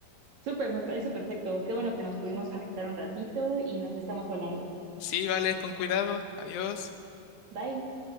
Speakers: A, on the right; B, on the left.
A: Súper, me parece perfecto. Qué bueno que nos pudimos conectar un ratito y nos estamos hablando.
B: Sí, vale, con cuidado. Adiós.
A: Bye.